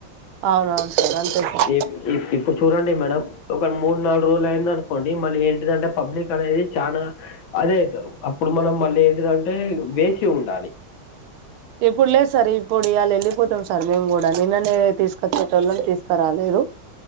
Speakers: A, on the right; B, on the left.
A: అవునవును సార్ అంతే సార్
B: ఇప్ ఇప్ ఇప్పుడు చూడండి మేడం ఒక మూడు నాలుగు రోజులు అయింది అనుకోండి మళ్ళీ ఏంటిదంటే పబ్లిక్ అనేది చానా అదే అప్పుడు మనం మళ్ళీ ఏంటిదంటే వేచి ఉండాలి
A: ఇప్పుడు లేదు సార్ ఇప్పుడు ఇవాళ వెళ్ళిపోతాం సార్ మేం కూడా నిన్ననే తీసుకొచ్చేటోళ్ళం తీసుకురాలేదు